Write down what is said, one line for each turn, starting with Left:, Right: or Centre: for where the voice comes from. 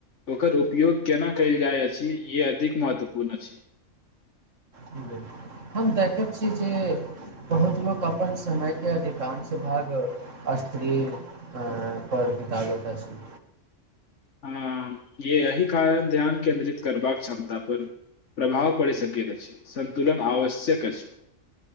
Left: ओकर उपयोग केना कयल जाइत अछि य अधिक महत्वपूर्ण अछि
Right: बिल्कुल हम देखैत छी जे बहुत लोक अपन समयके अधिकांश भाग स्त्री परर बितबैत अछि
Left: आ य एहिह कारण ध्यान केन्द्रित करबाक क्षमता पर प्रभाव पड़ सकैत अछि सन्तुलन आवश्यक अछि